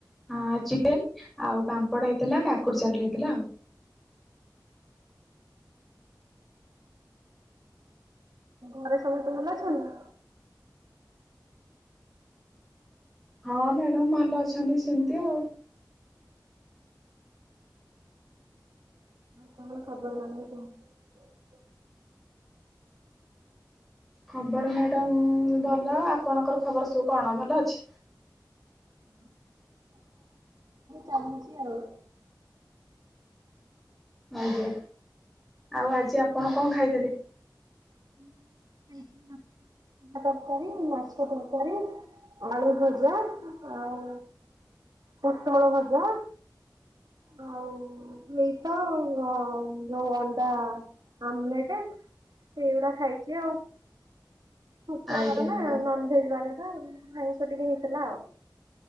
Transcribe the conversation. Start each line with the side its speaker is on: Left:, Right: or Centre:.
Centre: ଆଉ ଚିକେନ୍ ଆଉ ପାମ୍ପଡ ହେଇଥିଲା କାକୁଡ଼ି <unintelligible> <unintelligible>
Right: <inaudible> ଘରେ ସମସ୍ତେ ଭଲ ଅଛନ୍ତି।
Centre: ହଁ ମ୍ୟାଡାମ୍ ଭଲ ଅଛନ୍ତି ସେମିତି ଆଉ।
Right: ଆ ତାହେଲେ ଖବର <unintelligible>
Centre: ଖବର ମ୍ୟାଡାମ୍ ଭଲ ଆପଣଙ୍କର ଖବର ସବୁ କଣ ଭଲ ଅଛି।
Right: ହୁଁ। ଚାଲିଛି ଆଉ।
Centre: ଆଜ୍ଞା ଆଉ ଆଜି ଆପଣ କଣ ଖାଇଥିଲେ?
Right: <unintelligible> <unintelligible> ତରକାରୀ ମାଛ ତରକାରୀ ଆଳୁ ଭଜା ଆଉ। ପୋଟଳ ଭଜା। ଆଉ ଏଇତ ଯୋଉ ଅଣ୍ଡା ଆମଲେଟ୍। ଏଇଉଡା ଖାଇଛି ଆଉ। ଶୁକ୍ରବାର
Centre: ଆଜ୍ଞା
Right: ନା
Centre: ମ୍ୟାଡାମ
Right: ନନଭେଜ୍ ବାର ନା ଆଇଁଷ ଟିକେ ହେଇଥିଲା ଆଉ।